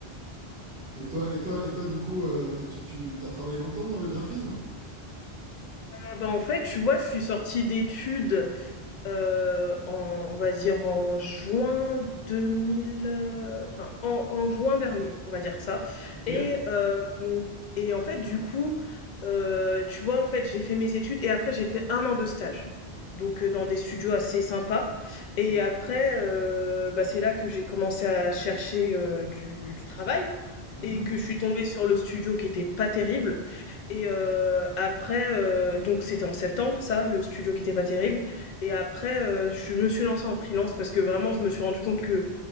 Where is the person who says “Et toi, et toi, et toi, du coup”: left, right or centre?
Right